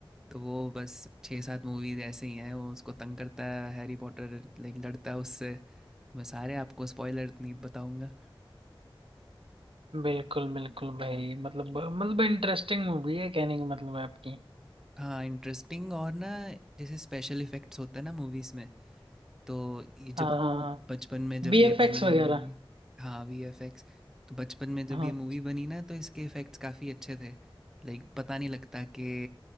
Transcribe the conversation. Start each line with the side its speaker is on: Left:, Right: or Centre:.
Centre: तो वो बस छः सात मूवीज ऐसे ही हैं वो उसको तंग करता है हैरी पॉटर लाइक लड़ता है उससे मैं सारे आपको स्पॉइलर नहीं बताऊंगा
Right: बिल्कुल बिल्कुल भाई मतलब मतलब इंटरेस्टिंग मूवी है कहने का मतलब है आपकी
Centre: हाँ इंटरेस्टिंग और ना जैसे स्पेशल इफेक्ट्स होते हैं ना मूवीज में तो ये
Right: हाँ
Centre: जब
Right: हाँ हाँ
Centre: बचपन में जब
Right: बीएफएक्स
Centre: ये बनी
Right: वगैरह
Centre: मूवी हाँ वीएफएक्स तो बचपन में जब
Right: हाँ
Centre: ये मूवी बनी ना तो इसके इफेक्ट्स काफ़ी अच्छे थे लाइक पता नहीं लगता कि